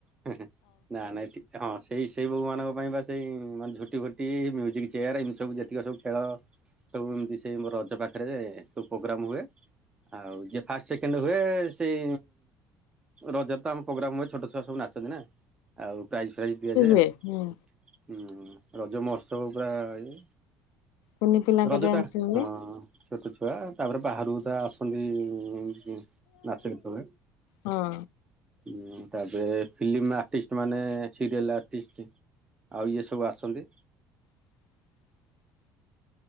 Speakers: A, on the right (about 15°); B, on the left (about 85°).
A: ହିଁ ହିଁ ନା ନାଇଁ ହଁ ସେଇ ସେଇ ବୋଉ ମାନଙ୍କ ପାଇଁ ବା ସେଇ ମାନେ ଝୋଟି ଫୋଟି ମ୍ୟୁଜିକ ଚେୟାର ଏମିତି ସବୁ ଯେତିକି ସବୁ ଖେଳ ସବୁ ଏମତି ସେଇ ମୋ ରଜ ପାଖରେ ସବୁ ପ୍ରୋଗ୍ରାମ ହୁଏ ଆଉ ଯିଏ ଫାଷ୍ଟ ସେକେଣ୍ଡ ହୁଏ ସେଇ ରଜରେ ତ ଆମ ପ୍ରୋଗ୍ରାମ ହୁଏ ଛୋଟ ଛୁଆ ସବୁ ନାଚ ଅଛନ୍ତି ନା ଆଉ ପ୍ରାଇଜ ଫ୍ରାଇଜ ଦିଆଯାଏ
B: ସେ
A: ଆଉ
B: ହୁଁ
A: ହୁଁ ରଜ ମହୋତ୍ସବ ପୁରା ଇଏ
B: କୁନି ପିଲାଙ୍କ
A: ରଜ
B: ଡ୍ୟାନ୍ସ
A: ଟା
B: ହୁଏ।
A: ହଁ ଛୋଟ ଛୁ ଛୁଆ ତାପରେ ବାହାରୁ ତା ଆସନ୍ତି । ଉ ଉ ନାଚ ଗୀତ ହୁଏ
B: ହଁ
A: ଉ ତା ପରେ ଫିଲ୍ମ ଆର୍ଟିଷ୍ଟ ମାନେ ସିରିଏଲ ଆର୍ଟିଷ୍ଟ ଆଉ ଇଏ ସବୁ ଆସନ୍ତି
B: <inaudible>